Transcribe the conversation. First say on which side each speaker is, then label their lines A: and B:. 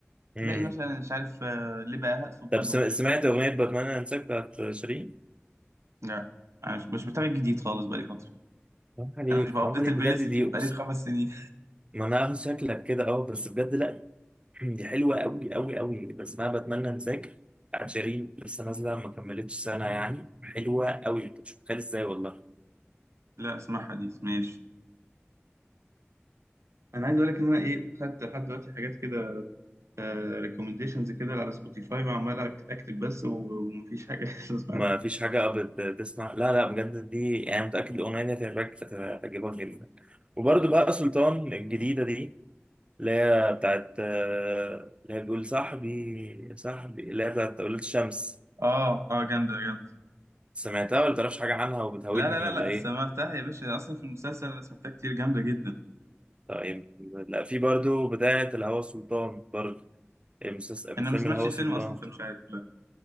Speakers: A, on the right; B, on the right.
A: مم.
B: تلاقي مثلا مش عارف آه، لبهاء سلطان
A: طب سم-
B: اغنيه
A: سمعت أغنية بتمنى أنساك بتاعت شيرين؟
B: لا انا مش مش متابع جديد خالص بقالي فتره
A: حرام عليك
B: انا مش بابديت
A: حرام عليك
B: البلاي
A: بجد
B: ليست
A: دي
B: دي من
A: أقسم
B: بقالي خمس سنين
A: ما أنا عارف شكلك كده أه بس بجد لأ <clears throat> دي حلوة أوي أوي أوي بسمعها بتمنى أنساك بتاعت شيرين لسه نازلة ما كملتش سنة يعني حلوة أوي أنت مش متخيل إزاي والله
B: <laughs> لا اسمعها دي ماشي انا عايز اقول لك ان انا ايه خدت لحد دلوقتي حاجات كده ريكومنديشنز كده على سبوتيفاي وعمال أك- اكتب بس و- ومفيش حاجه <laughs> لسه سمعتها
A: ما فيش حاجة بت- بتسمع لا لا بجد دي يعني متأكد الأغنية دي هتعجبك هتعجبك جدا وبرده بقى سلطان الجديدة دي اللي هي بتاعت آه، اللي هي بتقول صاحبي صاحبي اللي هي بتاعت أولاد الشمس
B: اه اه جامدة جامدة
A: سمعتها ولا تعرفش حاجة عنها وبتهودني
B: لا لا لا
A: ولا
B: لا
A: إيه؟
B: سمعتها يا باشا اصلا في المسلسل انا سمعتها كتير جامدة جدا
A: طيب لا في برضو بتاعة الهوى سلطان برضو المسلسل
B: انا
A: من فيلم
B: ما سمعتش
A: الهوى
B: الفيلم
A: سلطان
B: اصلا فمش عارف لا